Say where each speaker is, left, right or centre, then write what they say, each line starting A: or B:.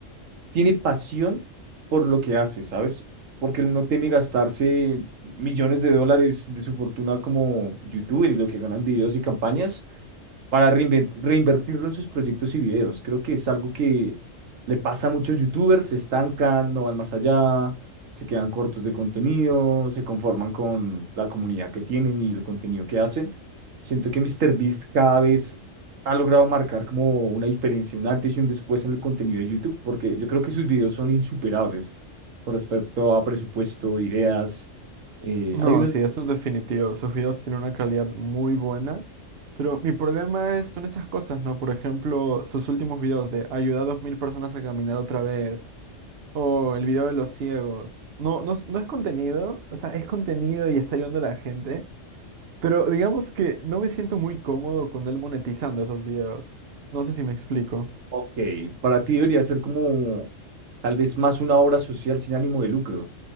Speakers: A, on the right (about 80°); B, on the right (about 60°).
A: tiene pasión por lo que hace, ¿sabes? Porque él no teme gastarse millones de dólares de su fortuna como youtuber y lo que ganan videos y campañas para reinven- reinvertirlo en sus proyectos y videos. Creo que es algo que le pasa a muchos youtubers, se estancan, no van más allá, se quedan cortos de contenido, se conforman con la comunidad que tienen y el contenido que hacen. Siento que MrBeast cada vez ha logrado marcar como una diferencia, un antes y un después en el contenido de YouTube, porque yo creo que sus videos son insuperables con respecto a presupuesto, ideas. eh,
B: No,
A: hay unos,
B: sí, eso es definitivo. Sus videos tienen una calidad muy buena. Pero mi problema es, son esas cosas, ¿no? Por ejemplo, sus últimos videos de ayudar a 2000 personas a caminar otra vez. O el video de los ciegos. No, no, es- no es contenido. O sea, es contenido y está ayudando a la gente. Pero digamos que no me siento muy cómodo con él monetizando esos videos. No sé si me explico.
A: ok, para ti debería ser como Tal vez más una obra social sin ánimo de lucro.